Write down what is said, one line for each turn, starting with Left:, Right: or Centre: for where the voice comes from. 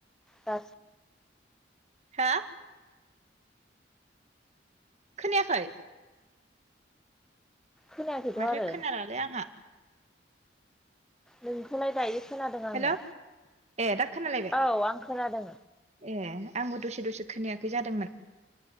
Centre: दास
Right: हा खोनायाखै?
Centre: खोनायाखैथ'
Right: माथो
Centre: आरो
Right: खोनालालै आंहा
Centre: नोंखौलाय दायो खोनादों आंङो
Right: हेल' ए दा खोनालायबाय
Centre: औ आं खोनादों।
Right: ए आंबो दसे दसे खोनायाखै जादोंमोन।